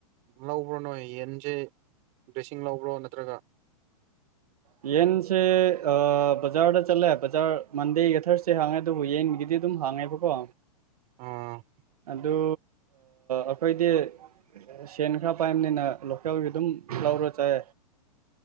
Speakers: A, on the right; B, on the right.
A: ꯂꯧꯕ꯭ꯔꯣ ꯅꯣꯏ ꯌꯦꯟꯁꯦ ꯗ꯭ꯔꯦꯁꯤꯡ ꯂꯧꯕ꯭ꯔꯣ ꯅꯠꯇ꯭ꯔꯒ
B: ꯌꯦꯟꯁꯦ ꯕꯖꯥꯔꯗ ꯆꯠꯂꯦ ꯕꯖꯥꯔ ꯃꯟꯗꯦꯒ ꯊꯥꯔꯁꯗꯦ ꯍꯥꯡꯉꯦ ꯑꯗꯨꯕꯨ ꯌꯦꯟꯒꯤꯗꯤ ꯑꯗꯨꯝ ꯍꯥꯡꯉꯦꯕꯀꯣ
A: ꯑ
B: ꯑꯗꯨ ꯑꯩꯈꯣꯏꯗꯤ ꯁꯦꯟ ꯈꯔ ꯄꯥꯏꯕꯅꯤꯅ ꯂꯣꯀꯦꯜꯒꯤ ꯑꯗꯨꯝ ꯂꯧꯔ ꯆꯥꯏ